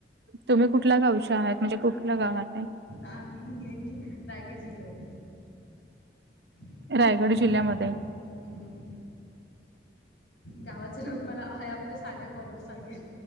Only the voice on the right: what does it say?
तुम्ही कुठल्या गावच्या आहात म्हणजे कुठल्या गावात आहे.
रायगड जिल्ह्यामध्ये